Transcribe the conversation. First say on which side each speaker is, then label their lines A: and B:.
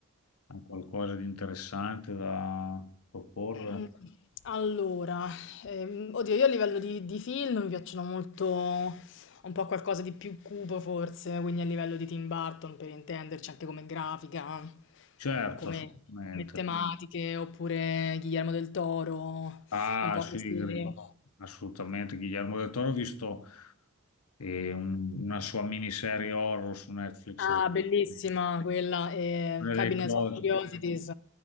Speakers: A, on the left (about 80°); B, on the left (about 55°).
A: hai qualcosa di interessante da proporre?
B: Mm, Allora, ehm, oddio, io a livello di, di film mi piacciono molto un po' qualcosa di più cupo forse, quindi a livello di Tim Burton per intenderci, anche come grafica,
A: Certo,
B: come,
A: assolutamente.
B: come tematiche, oppure Guillermo del Toro,
A: Ah,
B: un po'
A: sì,
B: questi...
A: Gri- assolutamente. Guillermo del Toro, ho visto e un- una sua miniserie horror su Netflix.
B: Ah,
A: recentemente.
B: bellissima quella, eh,
A: Quella
B: Cabinet
A: dei Cross.
B: of Curiosities.